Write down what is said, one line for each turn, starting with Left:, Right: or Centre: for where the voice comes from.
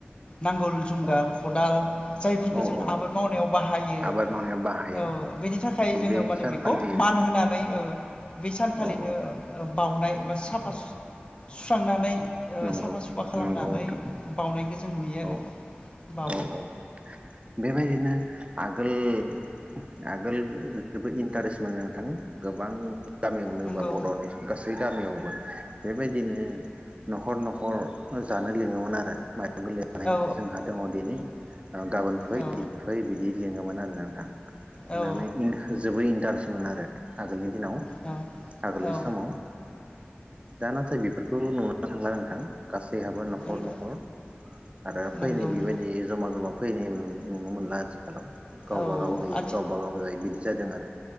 Left: नांगोल जुंगा
Right: औ
Left: खदाल जायफोरखौ
Right: औ
Left: जों
Right: औ औ
Left: आबाद मावनायाव बाहायो
Right: आबाद मावनायाव बाहायो
Left: औ बेनि थाखाय
Right: बेखौ
Left: जोङो
Right: बे
Left: माने
Right: सानखालि
Left: बेखौ मान होनानै बै सानखालिनो
Right: औ औ
Left: बाउनाय एबा साफा सुस्रांनानै आ
Right: नंगौ
Left: साफा सुफा खालामनानै
Right: नंगौ नोंथां
Left: बावनायखौ जों नुयो आरो
Right: औ
Left: बावो
Right: औ औ बेबायदिनो आगोल आगोल जोबोद इन्टारेस्ट मोननो नोंथां गोबां गामियावनो
Left: नंगौ
Right: बा बड'नि गासै गामियाव बेबायदिनो न'खर न'खर जानो लिङोमोन आरो माइ गोरलै जानाय
Left: औ
Right: जोंहा दङ दिनै गाबोन फै
Left: औ
Right: फै बिदि लिङोमोन आरो नोंथां। लिंनानै
Left: औ
Right: आं जोबोर इन्टार मोन आरो आगोलनि दिनाव
Left: औ
Right: आगोलनि
Left: औ
Right: समाव दा नाथाय बेफोरखौ नु नो थांला नोंथां गासैहाबो न'खर
Left: नोंगो
Right: न'खर आरो फैनि
Left: नंगौ
Right: बिबायदि
Left: नंगौ
Right: जमा जमा फैनाय नुन-नुनो मोनला आथिखालाव गावबा
Left: औ
Right: गाव होयो
Left: आथि
Right: गावबा गाव जाय बिदि जादों आरो